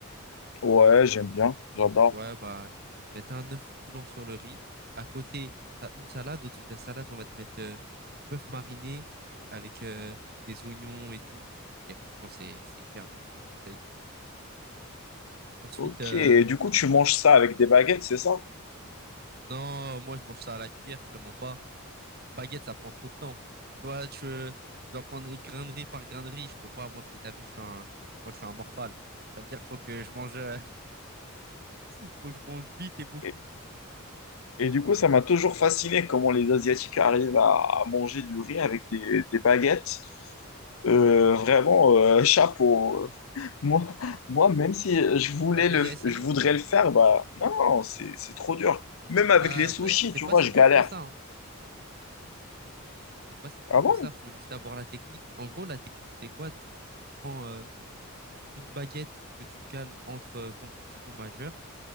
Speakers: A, on the left; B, on the right.
A: Ouais, j'aime bien, j'adore.
B: Ouais, bah, ils vont te mettre un œuf coulant sur le riz. À côté, t'as une salade. Au-dessus de la salade, on va te mettre euh, du bœuf mariné avec euh, des oignons et tout. Et franchement, c'est, c'est hyper bon, je te conseille. Ensuite,
A: Ok,
B: euh,
A: et du coup, tu manges ça avec des baguettes, c'est ça?
B: non, moi, je mange ça à la cuillère, je te mens pas. Baguette, ça prend trop de temps. Toi, tu, euh, tu dois prendre grain de riz par grain de riz. Je peux pas. Moi, c'est, t'as vu, je suis un, moi, je suis un morphale. Ça veut dire, faut que je mange, euh, <laughs> faut que je mange vite et beaucoup.
A: Et, et du coup, ça m'a toujours fasciné comment les Asiatiques arrivent à, à manger du riz avec des, des baguettes. Euh, vraiment, euh, <laughs> chapeau. euh. Moi, moi, même si je voulais
B: T'as déjà
A: le,
B: essayé?
A: je voudrais le faire, bah non, non, c'est, c'est trop dur. Même avec
B: Ah,
A: les sushis,
B: bah, c'est
A: tu
B: pas
A: vois,
B: si
A: je
B: dur
A: galère.
B: que ça. hein. C'est pas si dur
A: Ah
B: que
A: bon?
B: ça, faut juste avoir la technique. En gros, la technique, c'est quoi? Tu, tu prends euh, une baguette que tu cales entre euh, ton pouce et ton majeur,